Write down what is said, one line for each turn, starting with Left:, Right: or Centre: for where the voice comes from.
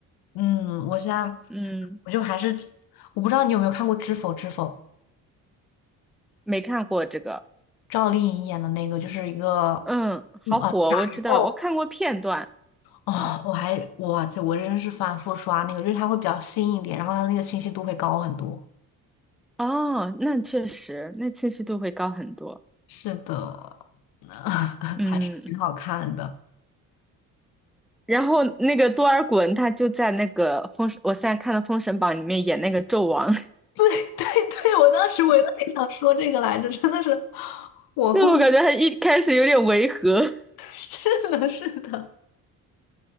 Left: 嗯，我现在
Centre: 嗯，
Left: 我就还是我不知道你有没有看过《知否知否》，
Centre: 没看过这个，
Left: 赵丽颖演的那个，就是一个
Centre: 嗯，好火，
Left: 嗯啊宅斗。
Centre: 我知道，我看过片段。
Left: 哦，
Centre: 嗯。
Left: 我还我这我真是反复刷那个，因为它会比较新一点，然后它的那个清晰度会高很多。
Centre: 哦，那确实，那清晰度会高很多。
Left: 是的，那 <laughs>
Centre: 嗯，
Left: 还是挺好看的。
Centre: 然后那个多尔衮他就在那个封，我现在看的《封神榜》里面演那个纣王，<laughs>
Left: <laughs> 对对，我当时我也特也想说这个来着，真的是，我后面
Centre: 因为我感觉他一开始有点违和，
Left: <laughs> 是的，是的，